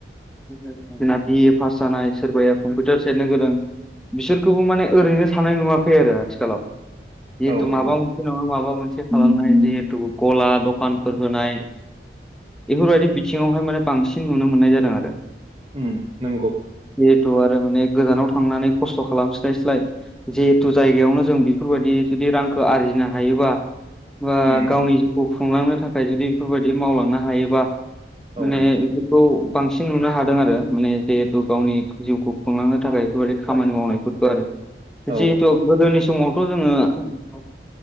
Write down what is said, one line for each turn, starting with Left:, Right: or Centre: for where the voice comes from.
Centre: जोंना बिए पास जानाय, सोरबाया कम्पिउटार सेरनो गोरों, बिसोरखौबो माने ओरैनो थानाय नुवाखै आरो आथिखालाव जिहेथु
Right: औ
Centre: माबा
Right: औ
Centre: मोनसे नङा माबा मोन से खालामनाय जिहेतु गला दखानफोर होनाय बेफोरबायदि बि बिथिङावहाय माने बांसिन नुनो मोननाय जादों आरो।
Right: उम नोंंगौ
Centre: जिहेथु आरो माने गोजानाव थांनानै खस्थ' खालामस्लायस्लाय जिहेथु जायगायावनो जों बेफोरबायदि जुदि रांखौ आरजिनो हायोबा बा
Right: उम
Centre: गावनि जिउखौ खुंलांनो थाखाय जुदि बेफोरबायदि मावलांनो हायोबा
Right: औ
Centre: माने बेफोर खौ बांसिन नुनो हादों आरो माने जिहेथु गावनि जिउखौ खुंलांनो थाखाय बेफोरबायदि खामानि मावनाय फोर जिहेथु
Right: औ
Centre: गोदोनि सम समावथ' जोङो